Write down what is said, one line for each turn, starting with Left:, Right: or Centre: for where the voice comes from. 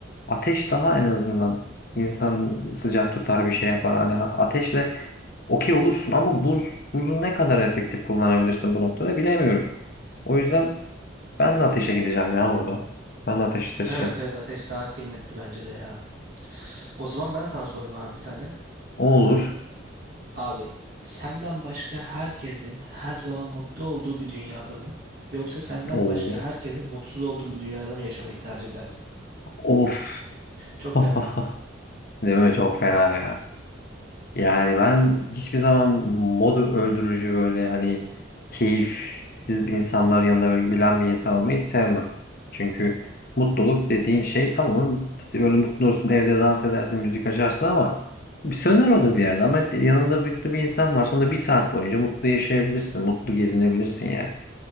Left: ateş daha en azından insan sıcak tutar bir şey yapar. Hani ha- ateşle okey olursun ama buz buzu ne kadar efektif kullanabilirsin bu noktada bilemiyorum. O yüzden
Right: Kesin.
Left: ben de ateşe gideceğim ya burada. Ben de ateşi seçeceğim.
Right: Evet evet ateş daha kıymetli bence de ya. O zaman ben sana sorayım abi bir tane.
Left: O olur.
Right: Abi senden başka herkesin her zaman mutlu olduğu bir dünyada mı? Yoksa senden
Left: Oo.
Right: başka herkesin mutsuz olduğu bir dünyada mı yaşamayı tercih ederdin?
Left: Of.
Right: Çok
Left: <laughs>
Right: fena
Left: Değil mi? Çok fena ya. Yani ben hiçbir zaman modu öldürücü böyle hani keyifsiz insanların yanında böyle gülen bir insan olmayı hiç sevmem. Çünkü mutluluk dediğin şey tamam işte böyle mutlu olursun evde dans edersin müzik açarsın ama bir söner o da bir yerde ama yanında mutlu bir insan var sonra bir saat boyunca mutlu yaşayabilirsin mutlu gezinebilirsin yani.